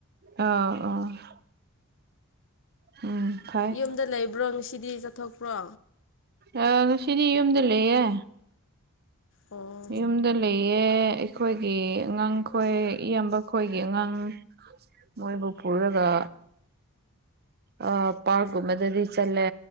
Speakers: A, on the right; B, on the left.
A: ꯑ ꯑ ꯎꯝ ꯐꯩ
B: ꯌꯨꯝꯗ ꯂꯩꯕ꯭ꯔꯣ ꯉꯁꯤꯗꯤ ꯆꯠꯊꯣꯛꯄ꯭ꯔꯣ
A: ꯑ ꯉꯁꯤꯗꯤ ꯌꯨꯝꯗ ꯂꯩꯌꯦ
B: ꯑꯣ
A: ꯌꯨꯝꯗ ꯂꯩꯌꯦ ꯑꯩꯈꯣꯏꯒꯤ ꯑꯉꯥꯡꯈꯣꯏ ꯏꯌꯥꯝꯕ ꯈꯣꯏꯒꯤ ꯑꯉꯥꯡ ꯃꯣꯏꯕꯨ ꯄꯨꯔꯒ ꯑ ꯄꯥꯔꯛ ꯒꯨꯝꯕꯗꯗꯤ ꯆꯠꯂꯦ